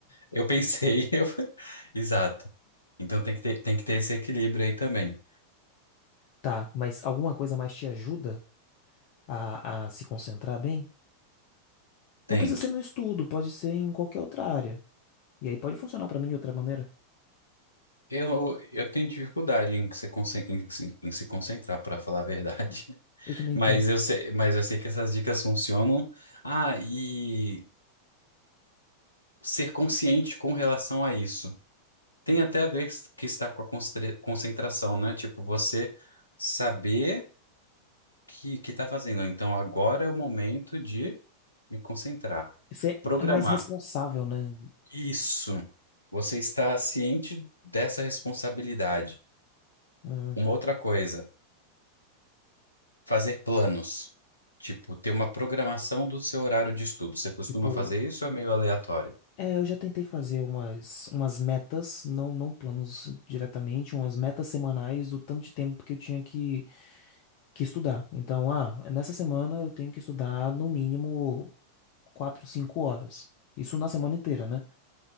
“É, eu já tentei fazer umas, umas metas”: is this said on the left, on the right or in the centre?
Left